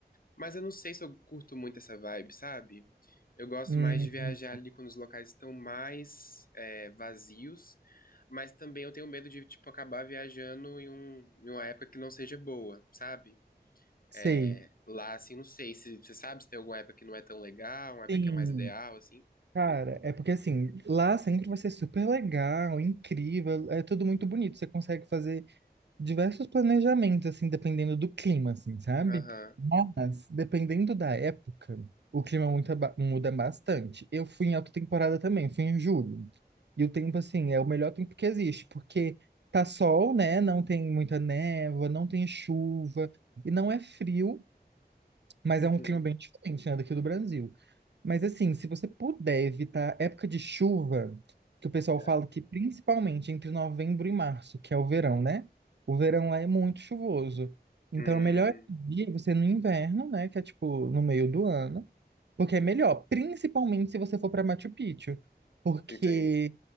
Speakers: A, on the left (about 55°); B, on the right (about 85°).
A: Mas eu não sei se eu curto muito essa vibe, sabe? Eu gosto
B: Hum,
A: mais de viajar ali quando os locais estão mais é, vazios, mas também eu tenho medo de, tipo, acabar viajando em, um, em uma época que não seja boa, sabe?
B: sei.
A: é, lá, assim, não sei se você sabe se tem alguma época que não é tão legal, uma época
B: Sim.
A: que é mais ideal, assim.
B: Cara, é porque, assim, lá sempre vai ser super legal, incrível, é tudo muito bonito. Você consegue fazer diversos planejamentos, assim, dependendo do clima, assim, sabe?
A: Aham.
B: Mas, dependendo da época, o clima muito aba- muda bastante. Eu fui em alta temporada também, fui em julho. E o tempo, assim, é o melhor tempo que existe, porque tá sol, né? Não tem muita névoa, não tem chuva, e não é frio, mas
A: Uhum.
B: é um clima bem diferente, né, daqui do Brasil. Mas assim, se você puder evitar época de chuva, que o pessoal
A: É.
B: fala que principalmente entre novembro e março, que é o verão, né? O verão lá é muito chuvoso. Então,
A: Hum,
B: é melhor dia você no inverno, né, que é tipo no meio do ano, porque é melhor, principalmente se você for para Machu Picchu, porque
A: entendi.